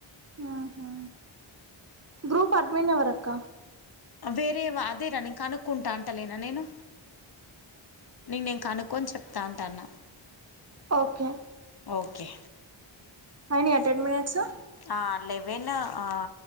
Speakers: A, on the right (about 30°); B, on the left (about 50°).
A: ఆహా గ్రూప్ అడ్మిన్ ఎవర అక్క
B: వేరే వా అదేరా నేను కనుక్కుంటా అంటలేనా నేను నేన్ నేను కనుక్కొని చెప్తా అంటాన్న
A: ఒకే
B: ఒకే
A: అయినయా టెన్ మినెట్సు
B: ఆ లెవెనూ ఆ